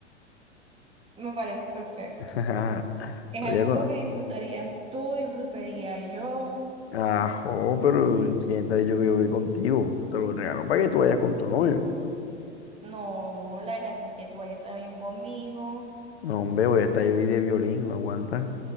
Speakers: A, on the right; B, on the left.
A: Me parece perfecto.
B: <laughs>
A: Es
B: Voy a con-
A: algo que disfrutarías tú, disfrutaría yo.
B: Ajo, pero ¿quién te ha dicho que yo voy contigo? Te lo regalo para que tú vayas con tu novio.
A: No, la gracia es que tú vayas también conmigo.
B: No, hombre, voy a estar yo ahí de violín, no aguanta.